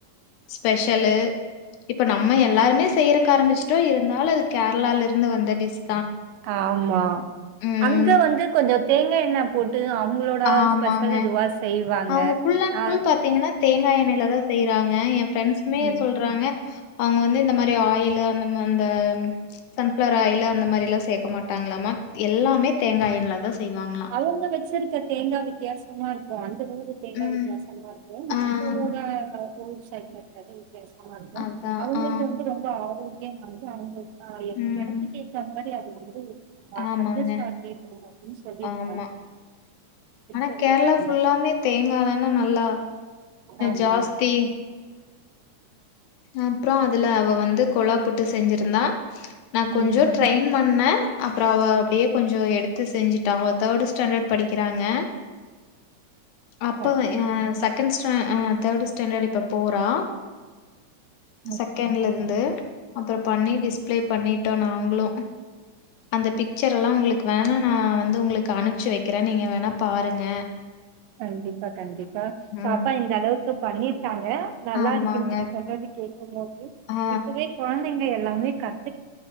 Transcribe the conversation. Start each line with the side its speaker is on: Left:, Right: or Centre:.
Left: ஸ்பெஷலு இப்ப நம்ம எல்லாருமே செய்யறக்க ஆரம்பிச்சுட்டோ இருந்தாலு அது கேரளால இருந்து வந்த டிஷ்
Right: ஆமா
Left: ம்
Right: அங்க வந்து கொஞ்சோ தேங்காய் எண்ணெ போட் அவுங்களோட
Left: ஆமாங்க
Right: ஸ்பெஷல் இதுவா செய்வாங்க
Left: அவங்க ஃபுல் அண்ட்
Right: அ
Left: ஃபுல் பாத்தீங்கன்னா தேங்கா எண்ணெல தா செய்யறாங்க ஃபிரெண்ட்ஸுமே
Right: ம்.
Left: சொல்றாங்க அவுங்க வந்து இந்த மாரி ஆயிலு அந்த அந்த சன்ஃப்ளவர் ஆயிலு அந்த மாரியெல்லாம் சேர்க்க மாட்டாங்களாமா எல்லாமே தேங்கா எண்ணெ தா செய்வாங்களா
Right: கலந்து வச்சிரிக்கே தேங்கா வித்தியாசமா இருக்கு அ தேங்கா
Left: ம்
Right: வித்தியாசமா இருக்கு
Left: ஆ
Right: அவுங்களோட உ ஷாிேது <unintelligible> வேஷமா இருப்பே
Left: அதான்.
Right: அவுங்களுக்கு
Left: ஆ.
Right: வந்து ரொம்ப ஆரோக் <unintelligible> ஆ
Left: ம்.
Right: எடத்துக்கேத்த மாரி <unintelligible> ஆ
Left: ஆமாங்க.
Right: அத்த ச ச <unintelligible>
Left: ஆமா ஆனா
Right: சொல்லிருக்காங்க
Left: கேரளா ஃபுல்லாமே தேங்கா தான நல்லா
Right: ஆமா
Left: ஜாஸ்தி அப்புறோ அதுல அவ வந்து கொழா புட்டு செஞ்சிருந்தா நான் கொஞ்சோ
Right: உம்
Left: ட்ரெயின் பண்ணே அப்றோ அவ அப்டியே கொஞ்சோ எடுத்து செஞ்சுட்டா அவ தேர்டு ஸ்டண்டர்ட் படிக்கிறாங்க அப்ப
Right: சரி
Left: அ செகண்ட் ஸ்ட அ அ தேர்ட் ஸ்டண்டர்ட் இப்ப போறா செகண்ட்ல
Right: ஓகே
Left: இருந்து அப்றோ பண்ணி டிஸ்பிளே பண்ணிட்டோ நாங்ளு அந்த பிக்சர்ல்லா உங்ளுக்கு வேணா நா வந்து உங்களுக்கு அனுப்பச்சு வைக்கிறே நீங்க வேணா பாருங்க
Right: கண்டிப் பா கண்டிப்பா
Left: ம்.
Right: பாப்பா இந்த அளவுக்கு பண்ணிர் காங்க நல்லா
Left: ஆமாங்க.
Right: இருக்கு நீங்க சொல்றது கேக்கும்போது
Left: ஆ.
Right: இப்பவே கொழந்தைங்க எல்லா ல்லாமே கத்